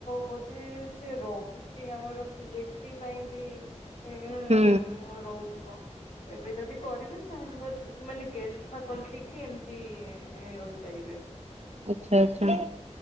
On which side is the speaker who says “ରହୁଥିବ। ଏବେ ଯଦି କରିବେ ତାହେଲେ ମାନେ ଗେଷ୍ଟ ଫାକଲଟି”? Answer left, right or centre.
Left